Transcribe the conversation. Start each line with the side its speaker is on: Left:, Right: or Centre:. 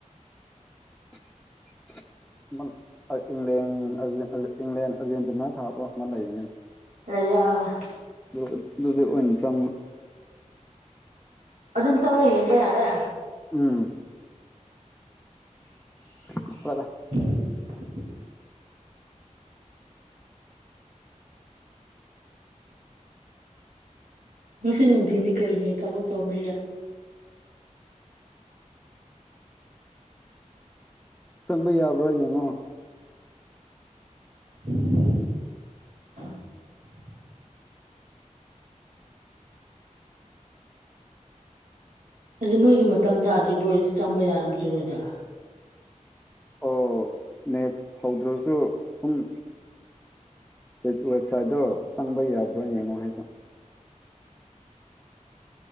Centre: <unintelligible> ꯏꯪꯂꯟ ꯑꯔ ꯏꯪꯂꯦꯟ ꯑꯔꯖꯦ ꯑꯔꯖꯦ ꯏꯪꯂꯦꯟ ꯑꯔꯖꯦꯟꯇꯤꯅꯥ ꯊꯥꯕ ꯑꯃ ꯂꯩꯒꯅꯤ
Right: ꯂꯩꯌꯦ ꯑꯥ
Centre: ꯑꯗꯨ ꯑꯗꯨꯗ ꯑꯣꯏꯅ ꯆꯪꯉꯣ
Right: ꯑꯗꯨꯝ ꯆꯥꯡꯉ ꯌꯦꯡꯕ ꯌꯥꯔꯦ
Centre: ꯎꯝ
Right: <inaudible>
Centre: <unintelligible> ꯀ꯭ꯋꯦꯂꯥ
Right: <inaudible> ꯉꯁꯤ ꯅꯨꯡꯊꯤꯟꯗꯤ ꯀꯩ ꯒꯩ ꯊꯕꯛ ꯇꯧꯕꯤꯔꯦ
Centre: ꯆꯪꯕ ꯌꯥꯕ꯭ꯔꯥ ꯌꯦꯡꯉꯣ
Right: <inaudible> ꯑꯁꯤ ꯃꯣꯏꯒꯤ ꯃꯇꯝ ꯆꯥꯗ꯭ꯔꯤꯕ ꯑꯣꯏꯗꯤ ꯆꯪꯕ ꯌꯥꯔꯝꯈꯤꯔꯣꯏꯗ
Centre: ꯑꯣ ꯃꯦꯠꯁ ꯍꯧꯗ꯭ꯔꯁꯨ ꯄꯨꯡ ꯋꯦꯕ ꯋꯦꯕꯁꯥꯏꯠꯗꯣ ꯆꯪꯕ ꯌꯥꯕ꯭ꯔꯥ ꯌꯦꯡꯉꯣ ꯍꯥꯏꯕ